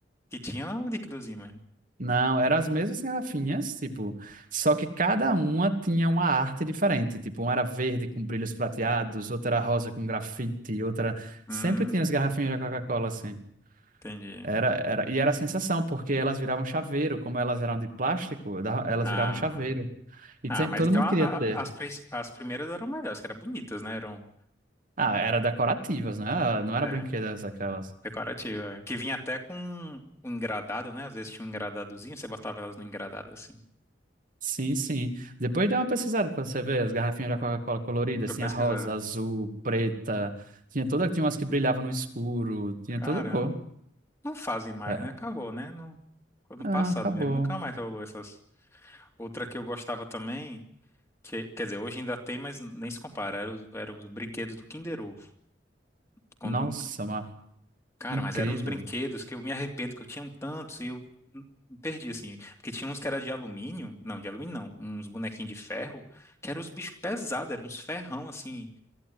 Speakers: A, on the left; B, on the right.
A: que tinha o líquidozinho mesmo.
B: não, eram as mesmas garrafinhas, tipo, só que cada uma tinha uma arte diferente. Tipo, uma era verde com brilhos prateados, outra era rosa com grafite, outra.
A: Hum,
B: Sempre tinha as garrafinhas da Coca-Cola, assim.
A: entendi.
B: Era, era, e era a sensação, porque elas viravam chaveiro. Como elas eram de plástico, dava- elas
A: Ah,
B: viravam chaveiro. E
A: ah,
B: sempre,
A: mas
B: todo
A: então
B: mundo
A: a-
B: queria ter.
A: a- as, prin- as primeiras eram melhores, que eram bonitas, né? Eram.
B: Ah, era decorativas, né? Ah, Não
A: é,
B: era brinquedas aquelas.
A: Decorativo, é. Que vinha até com um engradado, né? Às vezes tinha um engradadozinho, você botava elas no engradado assim.
B: Sim, sim. Depois dei uma pesquisada pra você ver as garrafinhas da Coca-Cola coloridas,
A: Pra Eu
B: tinha
A: pesquisar.
B: rosa, azul, preta, tinha toda, tinha umas que brilhavam no escuro, tinha
A: Caramba.
B: toda cor.
A: Não fazem mais,
B: Era.
A: né? Acabou, né? não ficou no
B: Ah,
A: passado
B: acabou.
A: mesmo. Nunca mais rolou essas. Outra que eu gostava também, que, quer dizer, hoje ainda tem, mas nem se compara. eram os, era os brinquedos do Kinder Ovo. Quando,
B: Nossa,
A: en-
B: mano,
A: cara,
B: incrível.
A: mas eram uns brinquedos que eu me arrependo que eu tinha um tantos e eu me perdi, assim. Porque tinha uns que era de alumínio. Não, de alumínio não. Uns bonequinhos de ferro que eram os bichos pesados, eram uns ferrão, assim.